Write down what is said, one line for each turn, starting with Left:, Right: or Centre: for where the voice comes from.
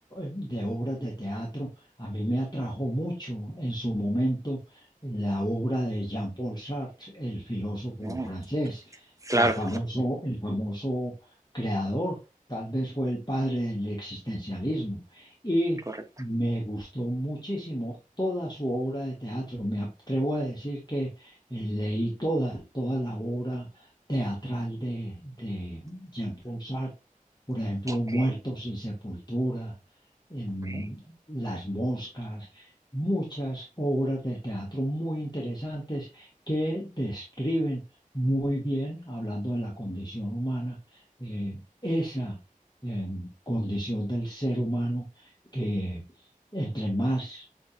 Left: de obras de teatro. A mí me atrajo mucho en su momento la obra de Jean-Paul Sartre, el filósofo
Right: No,
Left: francés,
Right: claro,
Left: el famoso, el famoso creador, tal vez fue el padre del existencialismo. Y
Right: correcto.
Left: me gustó muchísimo toda su obra de teatro. Me atrevo a decir que eh, leí toda, toda la obra teatral de, de Jean-Paul Sartre por ejemplo,
Right: Ok,
Left: muertos sin sepultura, em,
Right: ok,
Left: Las moscas, muchas obras de teatro muy interesantes que describen muy bien, hablando de la condición humana, eh, esa em, condición del ser humano que entre más